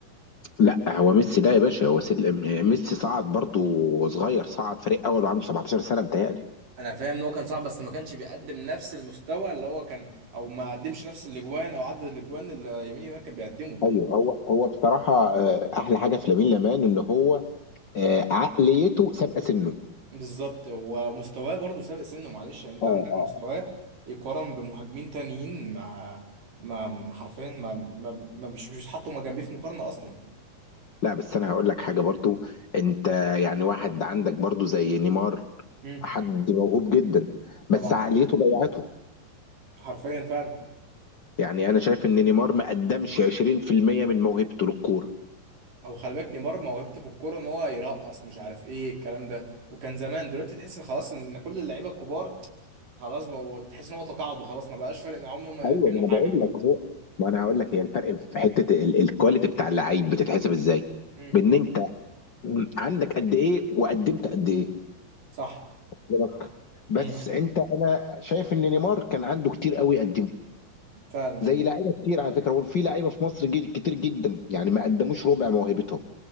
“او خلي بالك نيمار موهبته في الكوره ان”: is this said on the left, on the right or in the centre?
Right